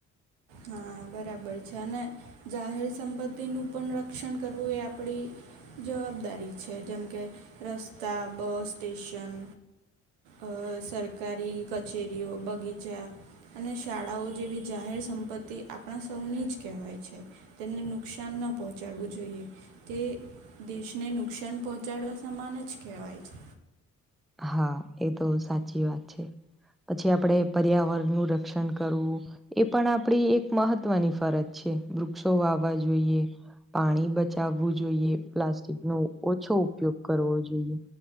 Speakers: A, on the right; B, in the centre.
A: હા બરાબર છે અને જાહેર સંપત્તિનું પણ રક્ષણ કરવું એ આપડી જવાબદારી છે જેમ કે રસ્તા બસ સ્ટેશન અ સરકારી કચેરીઓ બગીચા અને શાળાઓ જેવી જાહેર સં પતિ આપણા સૌને જ કહેવાય છે તેમને નુકસાન ન પહોંચાડવું જોઈએ. તે દેશને નુકસાન પહોંચાડવા સમાન જ કહેવાય છે.
B: હા એ તો સાચી વાત છે. પછી આપણે પર્યાવરણનું રક્ષણ કરવું એ પણ આપણી એક મહત્વની ફરજ છે વૃક્ષો વાવવા જોઈએ પાણી બચાવવું જોઈએ પ્લાસ્ટિક નો ઓછો ઉપયોગ કરવો જોઈએ